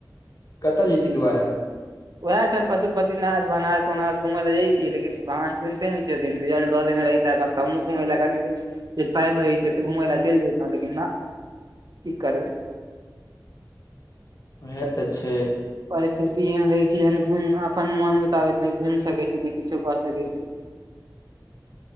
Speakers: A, on the left; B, on the right.
A: कतऽ जेैतही दुबारा?
B: वेएह तऽ पशुपति नाथ बनारस उनारस घुमै लय जइतियै लेकिन भगवान सुनिते नै छथिन रिज्लट दऽ देने रहिते कम- तऽ हमहूँ घुमय लय कथी लेल जे शहर मे रहै छैय से घुमय लय चैल जैतौ लेकिन नऽ। की करबै।
A: उहे तऽ छैय।
B: परिस्थिति एहन रहै छै जेहन घुइम अपन मोन मुताबिक नै घुइम सकै छी नै किछो कऽ सकै छी।